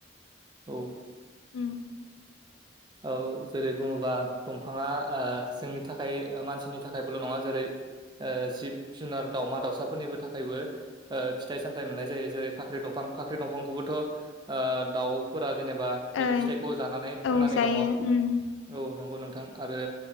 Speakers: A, on the right (about 25°); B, on the left (about 80°).
A: औ
B: उम
A: औ जेरै बुङोबा दंफाङा ओ जोंनि थाखाय मानसिनि थाखायबोल' नङा जेरै ओ जिब जुनार दाउमा दाउसाफोरनिबो थाखायबो‌। ओ फिथाइ सामथाइ मोननाय जायो जेरै फाख्रि दंफां फाख्रि दंफांखौबोथ' ओ दाउफोरा जेनेबा बिनि
B: ओ
A: फिथाइखौ जानानै
B: औ
A: थांनानै
B: जायो
A: दङ
B: उम
A: औ नंगौ नोंथां आरो